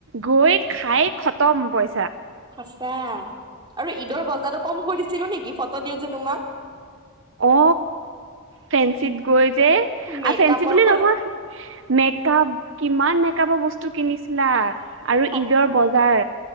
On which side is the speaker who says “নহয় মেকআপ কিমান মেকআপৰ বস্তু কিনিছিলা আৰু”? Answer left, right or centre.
Right